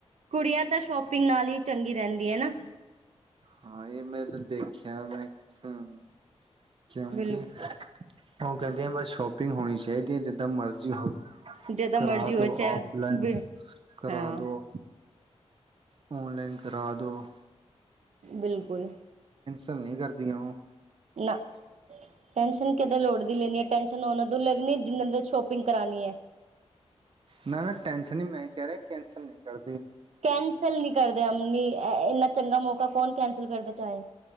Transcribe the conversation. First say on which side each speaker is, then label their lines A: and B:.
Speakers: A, on the right; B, on the right.
A: ਕੁੜੀਆਂ ਤਾਂ ਸ਼ੋਪਿੰਗ ਨਾਲ ਹੀ ਚੰਗੀ ਰਹਿੰਦੀ ਹੈ ਨਾ।
B: ਹਾਂ ਇਹ ਮੈਂ ਤੇ ਦੇਖ ਕ ਮੈਂ ਹਂ ਕਿਉਂਕਿ
A: ਬਿਲ
B: ਉਹ ਕਹਿੰਦੇ ਆ ਬਸ ਸ਼ੋਪਿੰਗ ਹੋਣੀ ਚਾਹੀਦੀ ਹੈ ਜਿਦ ਜਦਾਂ ਮਰਜ਼ੀ ਹੋਵੇ
A: ਜਿਦਾ
B: ਕਰਾ
A: ਮਰਜ਼ੀ ਹੋਏ
B: ਦੋ
A: ਚਾਹੇ
B: ਆਫਲਾਈਨ ਕਰਾ
A: ਹਾਂ
B: ਦੋ। ਔਨਲਾਈਨ ਕਰਾ ਦੋ।
A: ਬਿਲਕੁਲ।
B: ਗੱਲ ਨੀ ਕਰਦੀਆਂ ਉਹ।
A: ਨਾ ਟੈਨਸ਼ਨ ਕਿਤੇ ਲੋੜਦੀ ਲੈਣੀ ਆ। ਟੈਂਸ਼ਨ ਉਹਨਾਂ ਤੋਂ ਲੱਗਣੀ ਜਿਨਾਂ ਨੇ ਸ਼ੋਪਿੰਗ ਕਰਾਨੀ ਹੈ।
B: ਨਾ ਨਾ ਟੈਂਸ਼ਨ ਹੀ ਮੈਂ ਕਹਿ ਰਿਹਾ ਕੈਂਸਲ ਨਹੀਂ ਕਰ
A: ਕੈਂਸਲ ਨਹੀ ਕਰਦੇ ਅ ਨੀ ਇੰਨਾ ਚੰਗਾ ਮੌਕਾ ਕੌਣ ਕੈਂਸਲ ਕਰਦਾ ਚਾਹੇ।